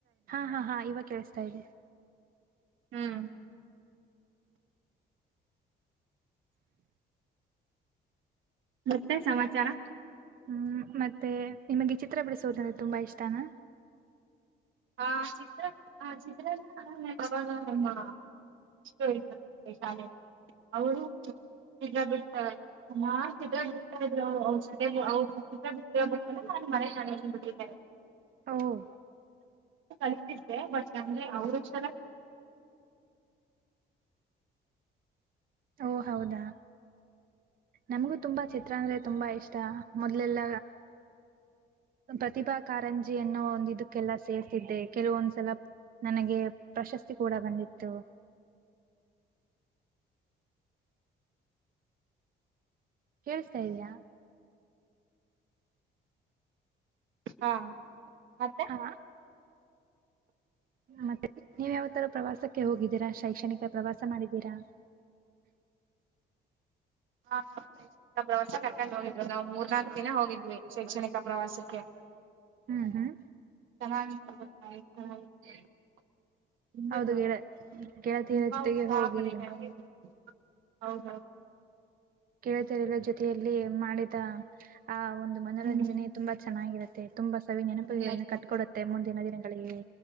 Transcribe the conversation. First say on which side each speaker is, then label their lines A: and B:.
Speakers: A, on the right; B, on the right.
A: ಹಾ ಹಾ ಹಾ ಇವಾಗ್ ಕೇಳುಸ್ತಾ ಇದೆ.
B: ಹ್ಮ್ ಮತ್ತೆ ಸಮಾಚಾರ.
A: ಹ್ಮ್ ಮತ್ತೆ ನಿಮಗೆ ಚಿತ್ರ ಬಿಡಿಸೋದಂದ್ರೆ ತುಂಬಾ ಇಷ್ಟನಾ.
B: ಹ ಚಿತ್ರ ಹ ಚಿತ್ರನ ನಾವು ಅವಾಗ ನಮ್ಮ ಇಷ್ಟ ಇತ ಶಾಲೆ ಅವ್ರು. <unintelligible>
A: ಒಹ್.
B: ಕಲ್ತಿದ್ದೆ ಬಟ್ ನಂಗೆ ಅವ್ರು ಚಲ.
A: ಓ ಹೌದಾ ನಮ್ಗೂ ತುಂಬಾ ಚಿತ್ರ ಅಂದ್ರೆ ತುಂಬಾ ಇಷ್ಟ ಮೊದ್ಲೆಲ್ಲ ಪ್ರತಿಭಾ ಕಾರಂಜಿ ಅನ್ನೋ ಒಂದ್ ಇದುಕ್ಕೆಲ್ಲಾ ಸೇರ್ತಿದ್ದೆ ಕೆಲವೊಂದ್ಸಲ ನನಗೆ ಪ್ರಶಸ್ತಿ ಕೂಡ ಬಂದಿತ್ತು. ಕೇಳುಸ್ತ ಇದ್ಯಾ.
B: ಹಾ ಮತ್ತೆ
A: ಹಾ ನ ಮತ್ತೆ. ನೀವ್ ಯಾವತ್ತಾರೂ ಪ್ರವಾಸಕ್ಕೆ ಹೋಗಿದ್ದೀರಾ ಶೈಕ್ಷಣಿಕ ಪ್ರವಾಸ ಮಾಡಿದ್ದೀರಾ.
B: ಹಾ ನಾವು ಶೈಕ್ಶಣಿಕ ಪ್ರವಾಸ ಕರ್ಕೊಂಡ್ ಹೋಗಿದ್ರು ನಾವ್ ಮೂರ್ನಾಕ್ ದಿನ ಹೋಗಿದ್ವಿ ಶೈಕ್ಷಣಿಕ ಪ್ರವಾಸಕ್ಕೆ.
A: ಹ್ಮ್ ಹ್ಮ್.
B: ಚೆನ್ನಾಗ್. <unintelligible> ತುಂಬಾ
A: ಹೌದು
B: ಚ
A: ಗೆಳ ಗೆಳತಿಯರ
B: ತುಂಬಾ
A: ಜೊತೆಗೆ
B: ಉತ್ಸಾಹ
A: ಹೋಗಿ
B: ಪಡಿ <unintelligible> ಹೌದೌದು.
A: ಕೆಳತಿಯರ ಜೊತೆಯಲ್ಲಿ ಮಾಡಿದ ಆ ಒಂದು ಮನೊರಂಜನೆ
B: ಹ್ಮ್
A: ತುಂಬ ಚ ಚೆನ್ನಾಗಿರುತ್ತೆ. ತುಂಬಾ ಸವಿ ನೆನಪುಗಳನ್ನ
B: ತುಂಬಾ ಚೆನ್ನಾಗಿ
A: ಕಟ್ಕೊಡುತ್ತೆ ಮುಂದಿನ ದಿನಗಳಿಗೆ.